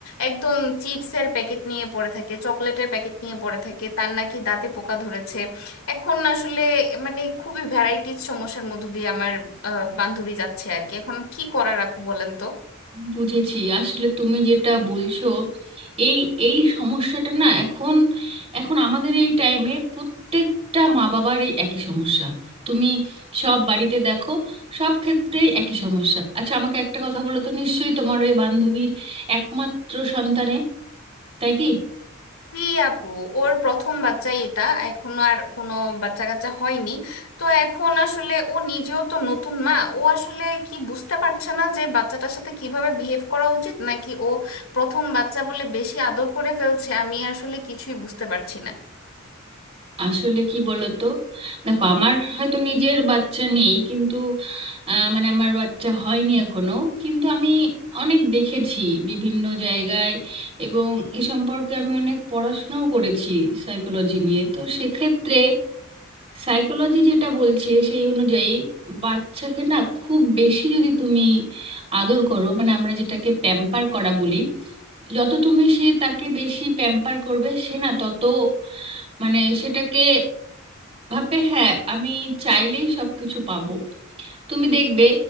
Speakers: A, on the left; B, on the right.
A: একদম চিপসের প্যাকেট নিয়ে পড়ে থাকে চকলেটের প্যাকেট নিয়ে পড়ে থাকে তার নাকি দাঁতে পোকা ধরেছে এখন আসলে মানে খুবই ভ্যারাইটিজ সমস্যার মধ্য দিয়ে আমার আহ, বান্ধবী যাচ্ছে আর কি এখন কি করার আপু বলেন তো
B: বুঝেছি আসলে তুমি যেটা বলছো এই এই সমস্যাটা না এখন এখন আমাদের এই টাইমের প্রত্যেকটা মা বাবার এই একই সমস্যা তুমি সব বাড়িতে দেখো সব ক্ষেত্রেই একই সমস্যা আচ্ছা আমাকে একটা কথা বলো তো নিশ্চয়ই তোমার ওই বান্ধবীর একমাত্র সন্তানে তাই কি
A: জি আপু ওর প্রথম বাচ্চাই এটা এখনো আর কোনো বাচ্চা কাচ্চা হয়নি তো এখন আসলে ও নিজেও তো নতুন মা ও আসলে কি বুঝতে পারছে না যে বাচ্চাটার সাথে কিভাবে বিহেভ করা উচিত নাকি ও প্রথম বাচ্চা বলে বেশি আদর করে ফেলছে আমি আসলে কিছুই বুঝতে পারছি না
B: আসলে কি বলতো দেখো আমার হয়তো নিজের বাচ্চা নেই কিন্তু আহ, মানে আমার বাচ্চা হয়নি এখনো কিন্তু আমি অনেক দেখেছি বিভিন্ন জায়গায় এবং এ সম্পর্কে আমি অনেক পড়াশোনাও করেছি সাইকোলজি নিয়ে তো সেক্ষেত্রে সাইকোলজি যেটা বলছে সেই অনুযায়ী বাচ্চাকে না খুব বেশি যদি তুমি আদর করো মানে আমরা যেটাকে প্যাম্পার করা বলি যত তুমি সে তাকে বেশি প্যাম্পার করবে সে না তত মানে সেটাকে ভাবে হ্যাঁ আমি চাইলেই সবকিছু পাবো তুমি দেখবে